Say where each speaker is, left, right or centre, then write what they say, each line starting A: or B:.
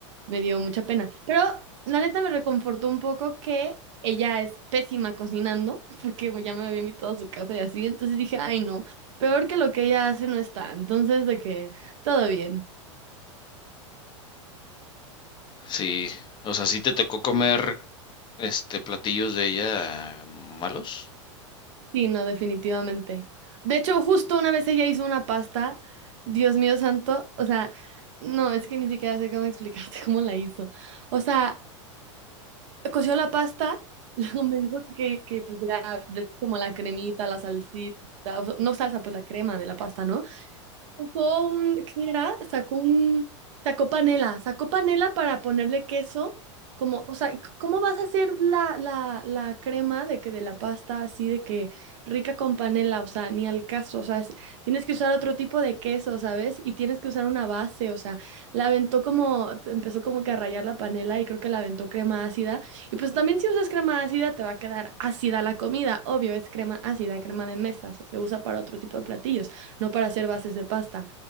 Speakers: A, on the right; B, on the left.
A: me dio mucha pena. Pero la neta me reconfortó un poco que ella es pésima cocinando, <laughs> porque ya me había invitado a su casa y así. Entonces dije, ay, no, peor que lo que ella hace no está. Entonces, de que todo bien.
B: Sí, o sea, sí te tocó comer este platillos de ella malos.
A: Sí, no, definitivamente. De hecho, justo una vez ella hizo una pasta, Dios mío santo, o sea, no, es que ni siquiera sé cómo explicarte <laughs> cómo la hizo. O sea, coció la pasta, <laughs> luego me dijo que, que pues ya, ves como la cremita, la salsita, o sea, no salsa, pues la crema de la pasta, ¿no? Sacó un, ¿qué era? Sacó un, sacó panela, sacó panela para ponerle queso, como, o sea, c- ¿cómo vas a hacer la, la, la crema de que de la pasta así de que rica con panela? O sea, ni al caso, o sea, es- tienes que usar otro tipo de queso, ¿sabes? Y tienes que usar una base, o sea, la aventó como, empezó como que a rayar la panela y creo que la aventó crema ácida. Y pues también si usas crema ácida te va a quedar ácida la comida, obvio, es crema ácida, crema de mesa, se se usa para otro tipo de platillos no para hacer bases de pasta.